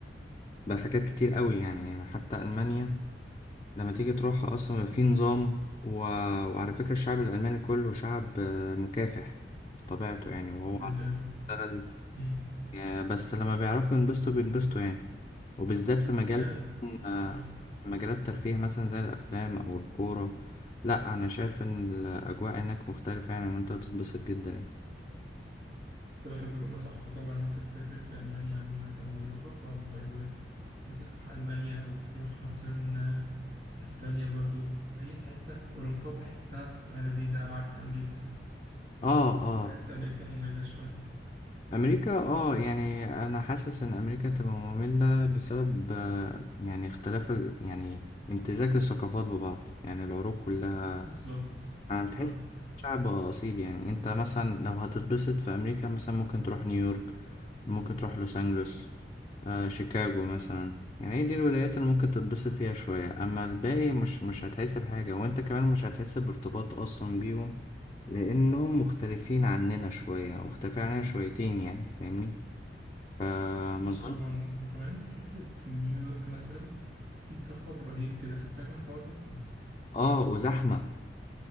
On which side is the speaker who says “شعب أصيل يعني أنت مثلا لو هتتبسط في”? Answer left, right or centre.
Left